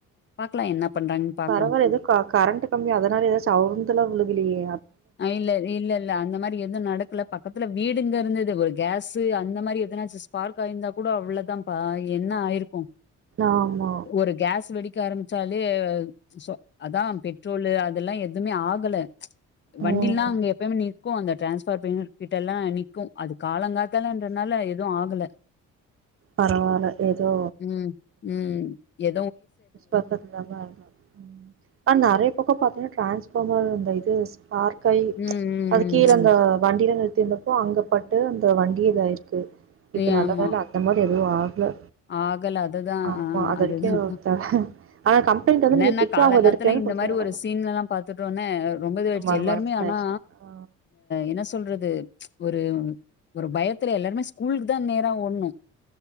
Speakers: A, on the left; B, on the right.
A: பாக்கலா என்ன பண்றாங்கன்னு பாக்லா
B: பரவால்ல எதோ கரண்ட் கம்பி அதனால எதாச்சு அவுந்துலா உளுகலியே
A: அஹ் இல்ல இல்ல இல்ல அந்த மாரி எதுவு நடக்கல பக்கத்துல வீடுங்க இருந்தது ஒரு கேஸு அந்த மாரி எதனாச்சு ஸ்பார்க் ஆயிருந்தா கூட அவ்ளதாப என்ன ஆயிருக்கு
B: ஆமா
A: ஒரு கேஸ் வெடிக்க ஆரம்பிச்சாலே சோ அதா பெட்ரோலு அதெல்லா எதுமே ஆகல வண்டில்லா
B: ம்
A: அங்க எப்பமே நிற் க்கு அந்த ட்ரான்ஸ்ஃபார் பின் கிட்ட எல்லா நிக்கு அது காலங்காத்தலன்றதனால எதுவு ஆகல
B: பரவால்ல ஏதோ
A: உம் உம் எ
B: பக்கத்தாப்பா நெறைய பக்கோ பாத்தீங்கன்னா டிரான்ஸ் ஃபாமர் அந்த இது ஸ்பார்க் ஆயி
A: ம், ம்,
B: அது கீழ அந்த வண்டில திந்தப்போ அங்க பட்டு அந்த வண்டி இதாயிருக்கு இப்ப
A: ம்.
B: நல்ல
A: ஆமா.
B: வேல அந்த மாரி எதுவு ஆகல
A: ஆகல அதுதா
B: ஆமா
A: ஆஹ்
B: அது
A: அதுதாப்ப
B: வரைக்கு த ஆனா கம்ப்ளைண்ட் வந்து
A: என்னன்னா
B: நீங்க திருப்பி
A: காலங்காத்தால
B: அவுங்க அத ரிட்டன்
A: இந்த
B: குடுத்துருங்க
A: மாரி ஒரு சீன்ல எல்லா பாத்துட்டோனே ரொம்ப இதுவாயி
B: ம
A: எல்லாருமே
B: மனசு
A: ஆனா
B: ஆயிடுச்சு ஆ
A: என்ன சொல்றது ஒரு ஒரு பயத்துல எல்லாருமே ஸ்கூலுக்கு தா நேரா ஓட்னோ